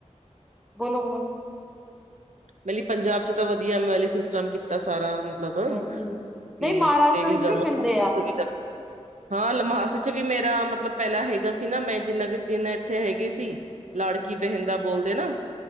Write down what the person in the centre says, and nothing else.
ਬੋਲੋ-ਬੋਲੋ
ਹਾਂਜੀ ਨਹੀਂ
ਮਹਾਰਾਸ਼ਟਰ
ਵਿੱਚ ਵੀ
ਮਿਲਦੇ ਆ।